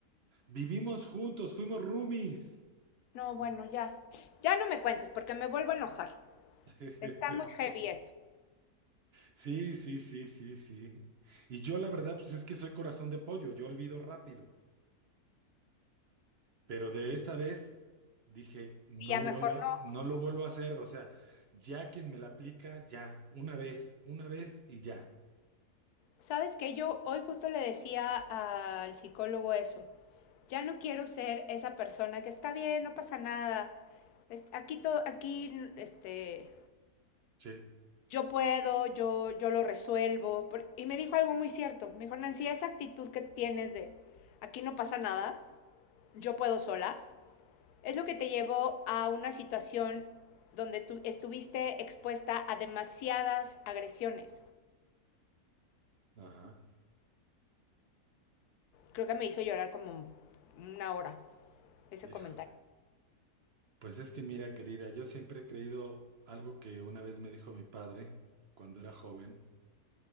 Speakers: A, on the right (about 55°); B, on the left (about 85°).
A: Vivimos juntos, fuimos roomies.
B: No, bueno, ya. Ya no me cuentes porque me vuelvo a enojar.
A: <laughs>
B: Está muy heavy esto.
A: Sí, sí, sí, sí, sí. Y yo la verdad, pues es que soy corazón de pollo, yo olvido rápido. Pero de esa vez dije, no
B: Y ya
A: lo
B: mejor
A: vuelvo a,
B: no.
A: no lo vuelvo a hacer. O sea, ya quien me la aplica, ya, una vez, una vez y ya.
B: Sabes que yo hoy justo le decía al psicólogo eso. Ya no quiero ser esa persona que está bien, no pasa nada. es- Aquí todo, aquí, este,
A: Sí.
B: yo puedo, yo, yo lo resuelvo. por- Y me dijo algo muy cierto. Me dijo, Nancy, esa actitud que tienes de aquí no pasa nada, yo puedo sola, es lo que te llevó a una situación donde tú estuviste expuesta a demasiadas agresiones.
A: Ajá.
B: Creo que me hizo llorar como una hora ese
A: Híjole.
B: comentario.
A: Pues es que mira, querida, yo siempre he creído algo que una vez me dijo mi padre cuando era joven,